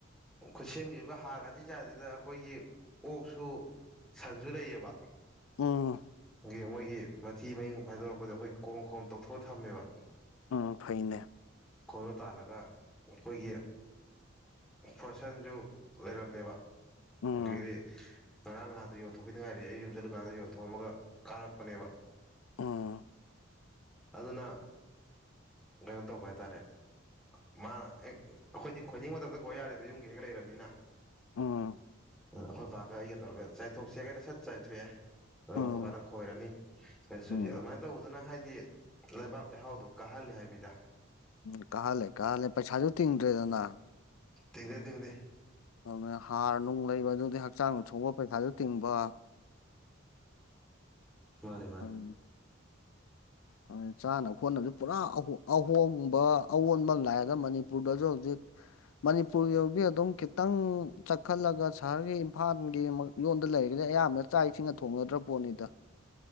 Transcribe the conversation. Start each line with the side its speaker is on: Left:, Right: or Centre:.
Centre: ꯈꯨꯠꯁꯦꯝꯒꯤ ꯑꯣꯏꯕ ꯍꯥꯔꯒꯗꯤ ꯆꯥꯏꯗꯦꯗ ꯑꯩꯈꯣꯏꯒꯤ ꯑꯣꯛꯁꯨ ꯁꯟꯁꯨ ꯂꯩꯌꯦꯕ-
Left: ꯎꯝ
Centre: ꯒꯤ ꯃꯣꯏꯒꯤ ꯃꯊꯤ ꯃꯌꯨꯡ ꯐꯥꯏꯗꯣꯔꯛꯄꯗꯣ ꯑꯩꯈꯣꯏ ꯀꯣꯝ- ꯀꯣꯝ ꯇꯧꯊꯣꯛꯑ ꯊꯝꯃꯦꯕ
Left: ꯎꯝ ꯐꯩꯅꯦ
Centre: ꯈꯣꯏꯕ ꯇꯥꯜꯂꯒ ꯑꯩꯈꯣꯏꯒꯤ ꯑ ꯐꯣꯔꯁꯟꯁꯨ ꯂꯩꯔꯝꯃꯦꯕ
Left: ꯎꯝ
Centre: ꯑꯗꯒꯤꯗꯤ ꯉꯔꯥꯡ ꯅꯍꯥꯜ ꯌꯣꯟꯊꯣꯛꯈꯤꯗ ꯉꯥꯏꯔꯤ ꯑꯩ ꯌꯨꯝꯆꯠꯂꯤꯀꯥꯟꯗ ꯌꯣꯟꯊꯣꯛꯑꯝꯃꯒ ꯀꯥꯔꯛꯄꯅꯦꯕ
Left: ꯎꯝ
Centre: ꯑꯗꯨꯅ ꯀꯩꯅꯣ ꯇꯧꯕ ꯍꯥꯏꯇꯥꯔꯦ ꯃꯥꯅ ꯍꯦꯛ ꯑꯩꯈꯣꯏꯗꯤ ꯈꯣꯏꯅꯤꯡꯕ ꯃꯇꯝꯗ ꯈꯣꯏ ꯌꯥꯔꯦꯗ ꯌꯨꯝꯒꯤꯗ ꯍꯦꯛ ꯂꯩꯔꯃꯤꯅ
Left: ꯎꯝ ꯎꯝ
Centre: ꯑꯗ ꯑꯩꯈꯣꯏ ꯕꯥꯀ ꯑꯩꯒ ꯇꯧꯔꯒ ꯆꯥꯏꯊꯣꯛꯁꯦ ꯍꯥꯔꯒꯅ ꯁꯠ ꯆꯥꯏꯊꯣꯛꯑꯦ꯫ ꯑꯗꯨꯒ
Left: ꯎꯝ
Centre: ꯑꯩꯈꯣꯏ ꯕꯥꯅ ꯈꯣꯏꯔꯅꯤ
Left: ꯎꯝ
Centre: <unintelligible> ꯇꯧꯗꯨꯅ ꯍꯥꯏꯗꯤ ꯂꯩꯕꯥꯛ ꯂꯩꯍꯥꯎꯗꯣ ꯀꯥꯍꯜꯂꯦ ꯍꯥꯏ ꯃꯤꯗ꯫
Left: ꯎꯝ ꯀꯥꯜꯂꯦ ꯀꯥꯜꯂꯦ ꯄꯩꯁꯥꯁꯨ ꯇꯤꯡꯗ꯭ꯔꯦꯗꯅ꯫
Centre: ꯇꯤꯡꯗꯦ ꯇꯤꯡꯗꯦ꯫
Left: ꯑꯗꯨ ꯍꯥꯔ ꯅꯨꯡ ꯂꯩꯕ ꯑꯗꯨꯗꯤ ꯍꯛꯆꯥꯡ ꯁꯣꯛꯂꯛꯄꯩ ꯄꯩꯁꯥꯁꯨ ꯇꯤꯡꯕ꯫
Centre: ꯀꯔꯥꯏꯂꯩꯅꯣ
Left: ꯎꯝ ꯑ ꯎꯝ ꯆꯥꯅ ꯈꯣꯠꯅꯕꯁꯨ ꯄꯨꯔꯥ ꯑꯍꯣꯡ ꯑꯍꯣꯡꯕ ꯑꯑꯣꯟꯕ ꯑꯃ ꯂꯥꯛꯑꯒ ꯃꯅꯤꯄꯨꯔꯗꯁꯨ ꯍꯧꯖꯤꯛ ꯃꯅꯤꯄꯨꯔꯗꯒꯤ ꯑꯗꯨꯝ ꯈꯤꯇꯪ ꯆꯠꯈꯠꯂꯒ ꯁꯍꯔꯒꯤ ꯏꯝꯐꯥꯜꯒꯤ ꯃꯉꯛ ꯃꯌꯣꯟꯗ ꯂꯩꯔꯒ ꯑꯌꯥꯝꯕ ꯆꯥꯛ ꯏꯁꯤꯡꯒ ꯊꯣꯡꯅꯗ꯭ꯔ ꯄꯣꯠꯅꯤꯗ꯫